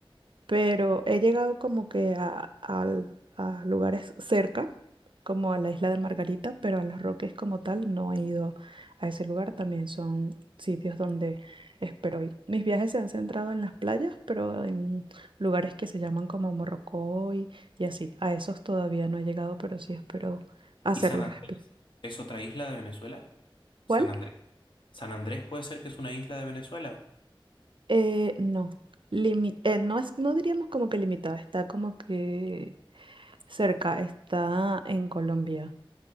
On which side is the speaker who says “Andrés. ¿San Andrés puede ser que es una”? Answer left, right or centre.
Left